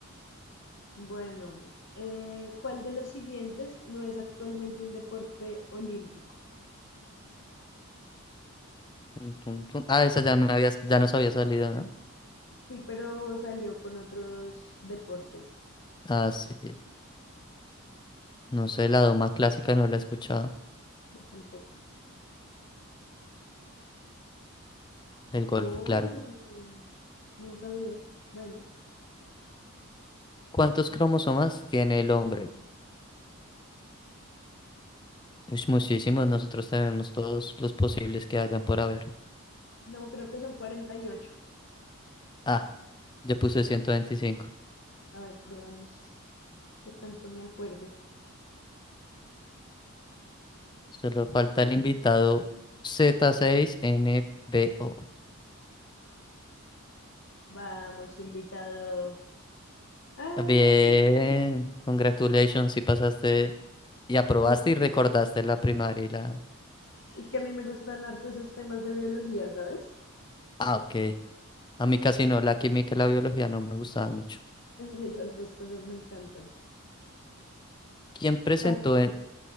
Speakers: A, on the left (about 55°); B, on the left (about 20°).
A: Bueno, eh, ¿cuál de los siguientes no es actualmente un deporte olímpico?
B: Tun, tun, tun. Ah, esa ya, me había, ya nos había salido, ¿no?
A: Sí, pero salió con otros deportes.
B: Ah, sí. No sé, la doma clásica no la he escuchado.
A: Yo tampoco.
B: El golf,
A: Oh,
B: claro.
A: no sabía. Bueno,
B: ¿Cuántos cromosomas tiene el hombre? Es muchísimos, nosotros tenemos todos los posibles que hayan por haber.
A: no, creo que son cuarenta y ocho
B: Ah, ya puse 125.
A: A ver, probamos qué tanto me acuerdo.
B: Solo falta el invitado z seis N B O.
A: Vamos, invitado. ¡Ay!
B: Bien, congratulations, si pasaste y aprobaste
A: Biología.
B: y recordaste la primaria y la...
A: Es que a mí me gustan harto esos temas de biología, ¿sabes?
B: Ah, ok. A mí
A: Mm,
B: casi no, la química y la biología no me gustaban mucho.
A: a mí esas dos cosas me encantan.
B: ¿Quién presentó
A: Vas tú.
B: en,